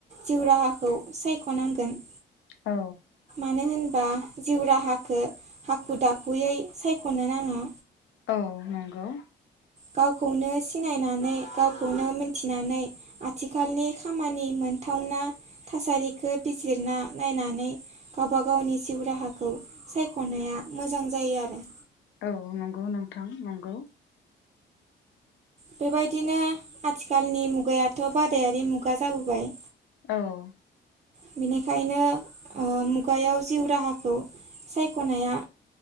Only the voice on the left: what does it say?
औ
औ नंगौ।
औ नंगौ नोंथां नंगौ।
औ